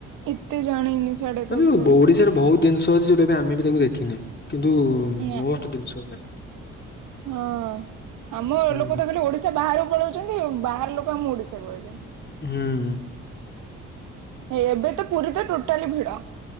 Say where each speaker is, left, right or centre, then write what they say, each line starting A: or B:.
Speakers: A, on the right; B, on the left.
A: ଏତେ ଜାଣିନି। ସାଡେକା
B: ମାନେ
A: ବିଷୟରେ
B: ବ ଓଡିଶାରେ ବହୁତ ଦିନଷ ଅଛି ଯଉଟାକି ଆମେ ବି ତାକୁ ଦେଖିନେ। କିନ୍ତୁ
A: ନା
B: ମୋଷ୍ଟ ଦିନଷଗୁରା।
A: ହଁ ଆମ
B: ହୁଁ
A: ଲୋକ ତ ଖାଲି ଓଡିଶା ବାହାରକୁ ପଳଉଚନ୍ତି ବାହାର ଲୋକ ଆମ ଓଡିଶା କୁ ଆଉଚନ୍।
B: ହୁଁ।
A: ହେଇ ଏବେ ତ ପୁରୀ ତ ଟୋଟାଲି ଭିଡ।